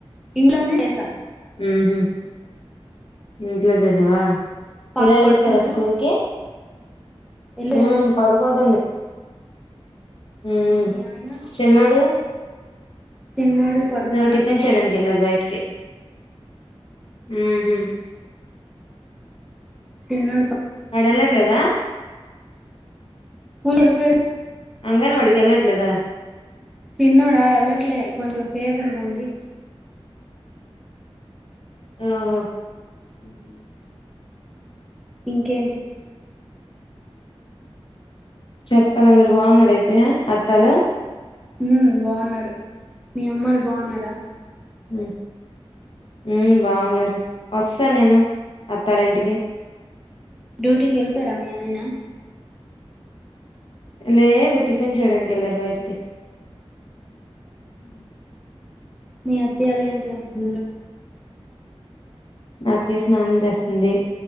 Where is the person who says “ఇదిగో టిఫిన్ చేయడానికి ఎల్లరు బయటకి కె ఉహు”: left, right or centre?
Left